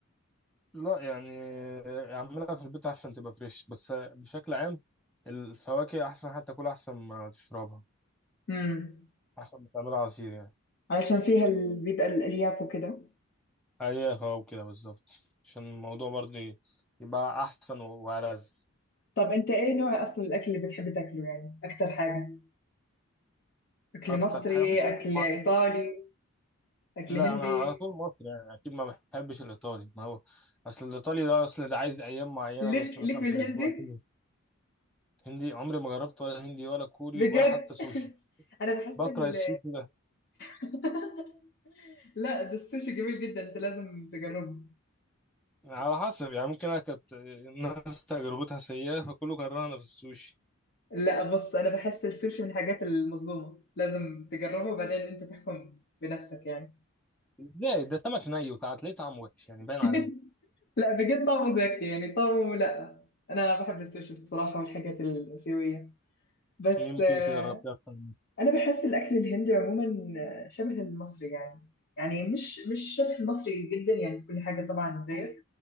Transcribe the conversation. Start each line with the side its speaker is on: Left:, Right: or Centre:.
Centre: لا يعني اعملها في البيت احسن تبقى فريش بس بشكل عام الفواكه احسن حتى تاكلها احسن ما تشربها
Left: امم
Centre: احسن ما تعملها عصير يعني
Left: علشان فيها ال... بيبقى الالياف وكده
Centre: اي فواكه كده بالظبط عشان الموضوع برضه يبقى احسن وألذ
Left: طب انت ايه نوع اصلا الاكل اللي بتحب تاكله يعني اكتر حاجه اكل
Centre: اكتر
Left: مصري
Centre: حاجه مفيش
Left: اكل
Centre: اكل معين
Left: ايطالي اكل
Centre: لا
Left: هندي
Centre: انا على طول مصري يعني اكيد ما بحبش الايطالي ما هو اصل الايطالي ده اصل ده عايز ايام معينه
Left: ليك
Centre: بس
Left: ليك
Centre: مثلا
Left: بالهندي
Centre: في الاسبوع كده هندي عمري ما جربت ولا هندي ولا كوري
Left: بجد
Centre: ولا حتى سوشي
Left: <laughs> انا بحس
Centre: بكره
Left: ال...
Centre: السوشي ده
Left: <laughs> لا ده السوشي جميل جدا انت لازم تجربه
Centre: على حسب يعني ممكن انا كانت الناس تجربتها سيئة فكله كرهنا في السوشي
Left: لا بص انا بحس السوشي من الحاجات المظلومه لازم تجربه وبعدين انت تحكم بنفسك يعني
Centre: ازاي ده سمك ني وتلاقيه طعمه وحش يعني باين
Left: <laughs>
Centre: عليه
Left: لا بجد طعمه زاكي يعني طعمه لا انا بحب السوشي بصراحه والحاجات الاسيويه بس
Centre: يمكن
Left: آه،
Centre: تجربتها أكتر مني.
Left: انا بحس الاكل الهندي عموما آه، شبه المصري يعني يعني مش مش شبه المصري جدا يعني كل حاجه طبعا غير